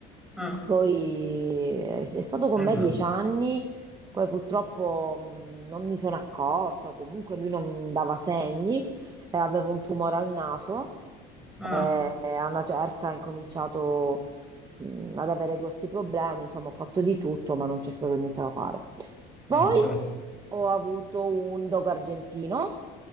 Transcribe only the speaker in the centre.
Ah,
eh,
ma.
Ah,
eh, certo.